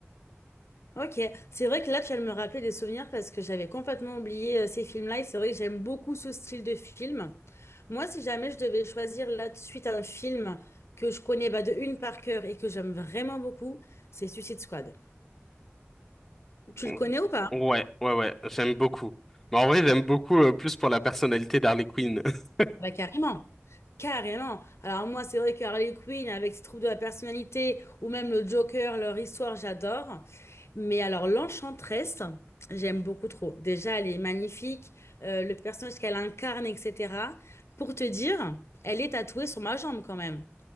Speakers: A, on the left (about 70°); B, in the centre.
A: Ok, c'est vrai que là, tu vas me rappeler des souvenirs parce que j'avais complètement oublié euh, ces films-là et c'est vrai que j'aime beaucoup ce style de film. Moi, si jamais je devais choisir là de suite un film que je connais bah, de une par cœur et que j'aime vraiment beaucoup, c'est Suicide Squad. Tu
B: an.
A: le connais ou pas?
B: Ouais, ouais, ouais, j'aime beaucoup. Mais en vrai, j'aime beaucoup euh, plus pour la personnalité d'Harley Quinn. <laughs>
A: Bah, carrément. Carrément. Alors moi, c'est vrai que Harley Quinn, avec ses troubles de la personnalité, ou même le Joker, leur histoire, j'adore. Mais alors l'Enchantresse, j'aime beaucoup trop. Déjà, elle est magnifique, euh, le personnage qu'elle incarne, etc. Pour te dire, elle est tatouée sur ma jambe quand même.